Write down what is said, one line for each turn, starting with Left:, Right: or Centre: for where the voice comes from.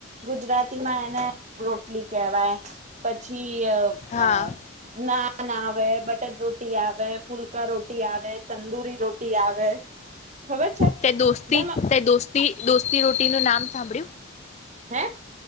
Right: ગુજરાતીમાં એને રોટલી કેહેવાય પછી અ
Left: હા
Right: ના ના ના આવે બટ ર રોટી આવેૈ ફૂલકા રોટી આવે. તંદુરી રોટી આવે. ખબર છે એટલે
Left: ત દોસ્તી ત દોસ્તી દોસ્તી રોટી નું નામ સાંભળ્યું
Right: હે.